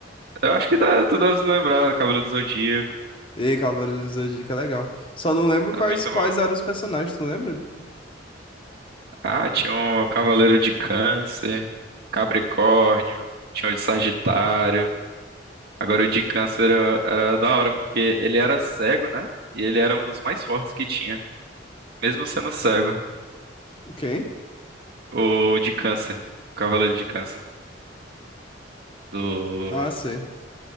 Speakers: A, on the right; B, on the left.
A: Eu acho que dá, tu deve se lembrar do Cavaleiro do Zodíaco.
B: E Cavaleiros do Zodíaco é legal. Só não lembro
A: Era
B: quais,
A: muito
B: quais
A: bom.
B: eram os personagens, tu lembra?
A: Ah, tinha um Cavaleiro de Câncer, Capricórnio, tinha o de Sagitário. Agora o de Câncer era, era da hora, porque ele era cego, né? E ele era um dos mais fortes que tinha. Mesmo sendo cego,
B: Quem?
A: o de Câncer. O Cavaleiro de Câncer. Do.
B: Ah, sei.